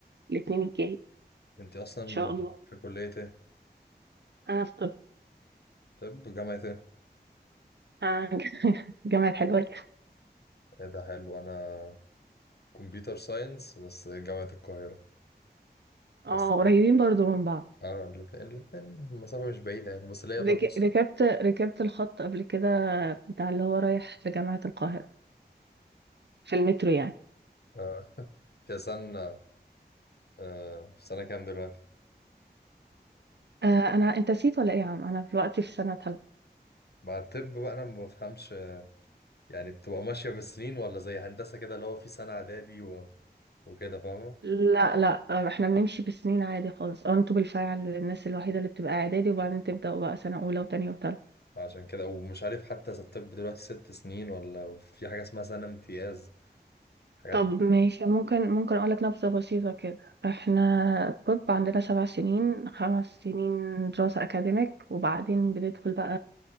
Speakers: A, on the right (about 85°); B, on the left (about 70°).
A: الاثنين الجاي
B: انت اصلا
A: ان شاء الله
B: في كلية ايه
A: انا في طب
B: طب جامعة ايه
A: آه، <laughs> جامعة حلوان
B: إيه ده حلو انا كمبيوتر ساينس بس جامعة القاهرة بس
A: اه قريبين برضو من بعض
B: اه الاتنين الاتنين المسافة مش بعيدة يعني بس ليا برضو
A: رك-
B: س-
A: ركبت ركبت الخط قبل كده بتاع اللي هو رايح لجامعة القاهرة في المترو يعني
B: آه انت سنة آه في سنة كام دلوقتي
A: آه انا انت نسيت ولا ايه يا عم انا دلوقتي في سنة تالتة
B: مع الطب بقى انا ما بفهمش آه، يعني بتبقى ماشية بالسنين ولا زي هندسة كده اللي هو في سنة اعدادي و... وكده فاهمة
A: لا لا آه، احنا بنمشي بسنين عادي خالص او انتوا بالفعل الناس الوحيده اللي بتبقى اعدادي وبعدين تبداوا بقى سنه اولى وتانية وتالتة
B: عشان كده ومش عارف حتى إذا الطب دلوقتي ست سنين ولا في حاجة اسمها سنة امتياز حاجات
A: طب ماشي ممكن ممكن اقول لك نبذه بسيطه كده احنا الطب عندنا سبع سنين خمس سنين دراسه اكاديميك وبعدين بندخل بقى